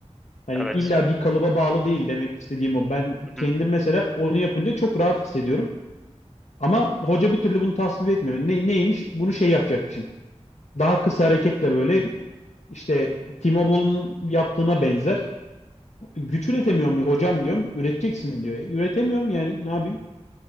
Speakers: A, on the left; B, in the centre.
A: Hani
B: Evet.
A: illa bir kalıba bağlı değil demek istediğim o. Ben
B: Hı hı.
A: kendim mesela onu yapınca çok rahat hissediyorum. Ama hoca bir türlü bunu tasvip etmiyor. Ne, neymiş? Bunu şey yapacakmışım. Daha kısa hareketle böyle işte Timo Boll'un yaptığına benzer. Güç üretemiyor mu hocam diyorum. Üreteceksin diyor. E, üretemiyorum yani ne yapayım?